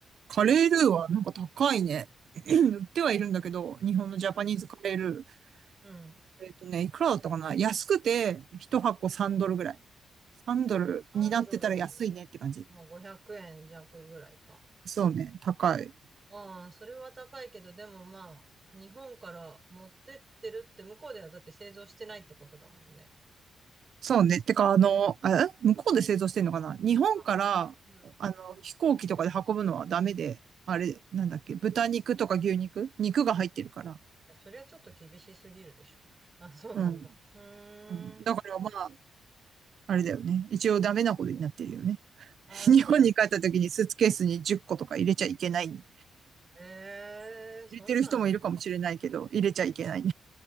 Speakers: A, on the right; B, on the right.
A: カレールーはなんか高いね。<clears throat> 売ってはいるんだけど、日本のジャパニーズカレールー。
B: うん。うん。
A: えっとね、いくらだったかな安くて、1箱3ドルぐらい。3ドルになってたら安いねって感じ。
B: 3ドル、まあ500円弱ぐらいか。
A: そうね、高い。
B: ああ、それは高いけど、でもまあ、日本から持ってってるって向こうではだって製造してないってことだもんね。
A: そうね。てか、あの、え向こうで製造してんのかな日本から、
B: あ、あのうん。
A: あの、飛行機とかで運ぶのはダメで、あれ、なんだっけ、豚肉とか牛肉肉が入ってるから。
B: や、それはちょっと厳しすぎるでしょ。あ、そうなんだ。
A: うん。
B: うーん。
A: うん、だからまあ、あれだよね。一応ダメなことになってるよね。<laughs>
B: あ、
A: 日本に帰った時にスーツケースに10個とか入れちゃいけない。
B: そうなんだ。
A: 入
B: ええそんなん。
A: れてる人もいるかもしれないけど、入れちゃいけない